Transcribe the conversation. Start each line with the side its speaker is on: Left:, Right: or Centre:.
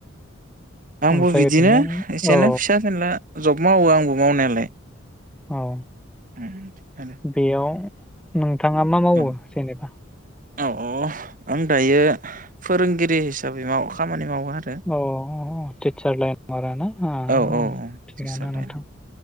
Right: आंबो
Centre: ओमफ्राय
Right: बिदिनो
Centre: ओरैनो
Right: एसेनो
Centre: औ
Right: फिसा फिनला जब मावो आंबो मावनायालाय
Centre: औ
Right: उम आरो
Centre: बेयाव नों थांङा मा मावो
Right: औ
Centre: जेनेबा?
Right: औ औ आं दायो फोरोंगिरि हिसाबै माव खामानि मावो। आरो
Centre: औ औ औ औ टिचार लाइनार आरोना हा हा
Right: औ
Centre: हा
Right: औ औ
Centre: थिगानो
Right: टिचार लाइन
Centre: नोथां